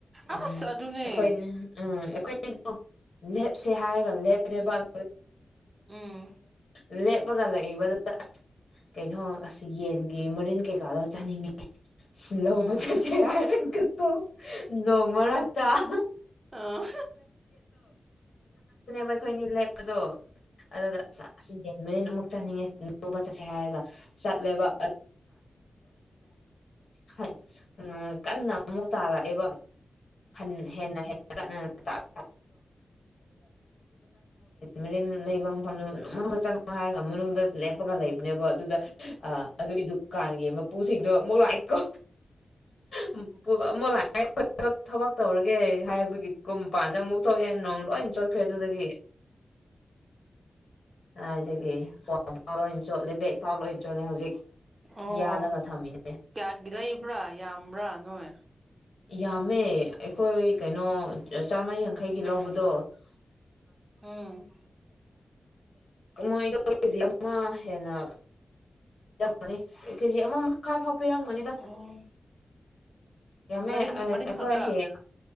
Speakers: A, on the right (about 25°); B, on the left (about 60°).
A: ꯑꯁ
B: ꯎꯝ
A: ꯑꯗꯨꯅꯦ
B: ꯑꯩꯈꯣꯏ <inaudible> ꯂꯦꯞꯁꯦ ꯍꯥꯏꯔꯒ ꯂꯦꯞꯔꯦꯕ <inaudible>
A: ꯎꯝ
B: ꯂꯦꯞꯄꯒ <inaudible> ꯀꯩꯅꯣ ꯑꯁ ꯌꯦꯟꯒꯤ ꯃꯔꯤꯟ ꯀꯩꯀꯥꯗꯣ ꯆꯥꯅꯤꯡꯉꯤ ꯁꯤ ꯂꯧꯕ
A: ꯎꯝ
B: ꯆꯠꯁꯦ ꯍꯥꯏꯔꯒꯀꯣ ꯅꯣꯡ ꯃꯔꯛꯇ
A: ꯎꯝ
B: <inaudible> ꯈꯣꯏꯅꯤ ꯂꯦꯞꯄꯗꯣ ꯑꯗꯨꯗ ꯌꯦꯟ ꯃꯔꯤꯟ ꯑꯃꯨꯛ ꯆꯠꯅꯤꯡꯉꯦ ꯂꯧꯕ ꯆꯠꯁꯦ ꯍꯥꯏꯔꯒ ꯆꯠꯂꯦꯕ <inaudible> ꯀꯟꯅ ꯑꯃꯨꯛ ꯇꯥꯔꯛꯑꯦꯕ ꯍꯟ ꯍꯦꯟꯅ ꯍꯦꯟꯀꯠꯅ <inaudible> ꯃꯔꯤꯟ ꯂꯩꯕ ꯃꯐꯝꯗꯨ ꯃꯅꯨꯡꯗ ꯆꯪꯉꯣ ꯍꯥꯏꯔꯒ ꯃꯅꯨꯡꯗ ꯂꯦꯞꯄꯒ ꯂꯩꯕꯅꯦꯕ ꯑꯗꯨꯗ ꯑ ꯑꯗꯨꯒꯤ ꯗꯨꯀꯥꯟꯒꯤ ꯃꯄꯨꯁꯤꯡꯗꯣ ꯑꯃꯨꯛ ꯂꯥꯛꯑꯦ ꯀꯣ ꯃꯄꯨ <unintelligible> ꯊꯕꯛ ꯊꯕꯛ ꯇꯧꯔꯒꯦ ꯍꯥꯏꯕꯒꯤ ꯀꯨꯝꯄꯥꯟꯗ ꯑꯃꯨꯛ ꯊꯣꯛꯑꯦ ꯅꯣꯡ ꯂꯣꯏ ꯆꯣꯠꯈ꯭ꯔꯦ ꯑꯗꯨꯗꯒꯤ ꯀꯥꯏꯗꯒꯤ ꯐꯣꯟ ꯐꯥꯎ ꯂꯣꯏ ꯆꯣꯠꯂꯦ ꯕꯦꯛ ꯐꯥꯎ ꯂꯣꯏꯅ ꯆꯣꯠꯂꯦ ꯍꯧꯖꯤꯛ
A: ꯑꯣ
B: ꯌꯥꯜꯂꯒ ꯊꯝꯃꯤꯅꯦ
A: ꯀꯌꯥꯒꯤ ꯂꯩꯕ꯭ꯔꯥ ꯌꯥꯝꯕ꯭ꯔꯥ ꯅꯣꯏ
B: ꯌꯥꯝꯃꯦ ꯑꯩꯈꯣꯏ ꯀꯩꯅꯣ ꯆꯥꯝꯃ ꯌꯥꯡꯈꯩꯒꯤ ꯂꯧꯕꯗꯣ <inaudible> <inaudible>
A: ꯎꯝ
B: ꯃꯣꯏꯗꯣ ꯀꯦꯖꯤ ꯑꯃ ꯍꯦꯟꯅ <inaudible> ꯀꯦꯖꯤ ꯑꯃ ꯃꯈꯥꯏ ꯐꯥꯎ ꯄꯤꯔꯝꯒꯅꯤꯗ
A: ꯎꯝ
B: ꯌꯥꯝꯃꯦ
A: ꯃꯔꯤꯟ
B: ꯑꯥ
A: ꯃꯔꯤꯟ
B: ꯑꯩꯈꯣꯏ
A: ꯈꯛꯇ
B: ꯍꯌꯦꯡ